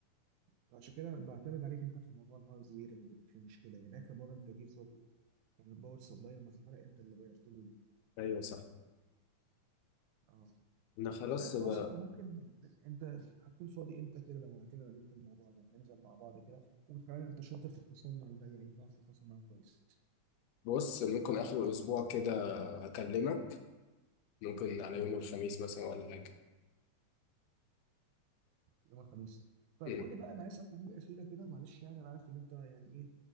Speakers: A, on the right; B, on the left.
A: فعشان كده أنا بعتمد عليك أنت في موضوع الهاردوير لما بيبقى فيه مشكلة يعني آخر مرة أنت جيت برضه الباور سبلاي لما اتحرق انت اللي غيرته لي
B: أيوه صح
A: اه
B: أنا خلاص
A: طيب خلاص
B: ب-
A: احنا ممكن انت هتكون فاضي امتى كده لو هعتمد عليك في الموضوع ده ننزل مع بعض كده وكمان انت شاطر في التواصل مع البياعين بتعرف تتواصل معاهم كويس
B: بص ممكن آخر الأسبوع كده أكلمك ممكن على يوم الخميس مثلا ولا حاجة
A: يوم الخميس طيب
B: امم
A: قول لي بقى انا عايز اسالك على حاجه اخيره كده معلش يعني انا عارف ان انت يعني ايه